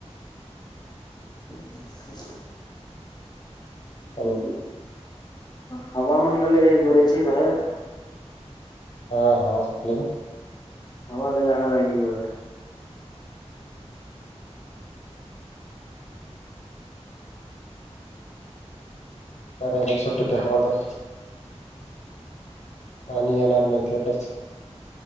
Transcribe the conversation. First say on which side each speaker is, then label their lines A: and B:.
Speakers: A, on the left (about 35°); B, on the left (about 85°).
A: <unintelligible>
B: हॅलो.
A: हवा म्हटलेली लई जोराची आहे म्हटलं बाहेर.
B: हा हवा सुटली ना.
A: हवाला जागा लायनीवर.
B: बर नाही सुट्ट द्यावाला. पाणी येणार नाही तेवढंच